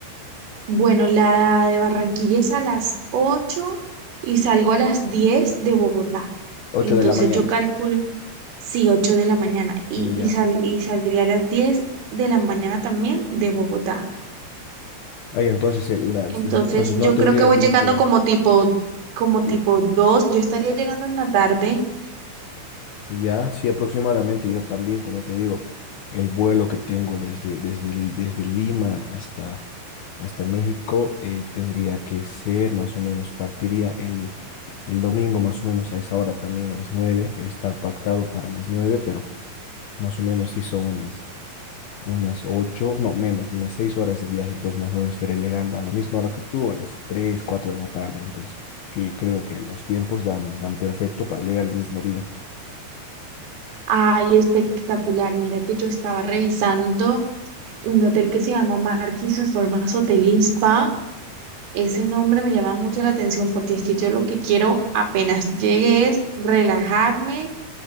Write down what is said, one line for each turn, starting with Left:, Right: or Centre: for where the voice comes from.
Right: Bueno, la de Barranquilla es a las 8 y salgo a las 10 de Bogotá.
Left: ocho
Right: Entonces
Left: de la mañana.
Right: yo calculo, sí, 8 de la mañana y,
Left: Ya.
Right: y, sal- y saldría a las diez de la mañana también de Bogotá.
Left: Ahí entonces, el- las,
Right: Entonces,
Left: entonces
Right: yo
Left: no tendrías
Right: creo que voy
Left: mucho.
Right: llegando como tipo, como tipo
Left: eh,
Right: 2. Yo estaría llegando en la tarde.
Left: Y Ya, sí, aproximadamente yo también, como te digo, el vuelo que tengo desde, desde, el- desde Lima hasta, hasta México eh, tendría que ser más o menos, partiría el, el domingo más o menos a esa hora también, a las nueve, está pactado para las nueve, pero más o menos sí son unas, unas ocho, no menos, unas seis horas de viaje, entonces más o menos estaré llegando a la misma hora que tú, a las tres, cuatro de la tarde, entonces que creo que los tiempos dan, dan perfecto para llegar el mismo día.
Right: Ay, espectacular. Mira que yo estaba revisando un hotel que se llama Marquis Reformas Hotel y Spa. Ese nombre me llama mucho la atención porque es que yo lo que quiero apenas llegue es relajarme,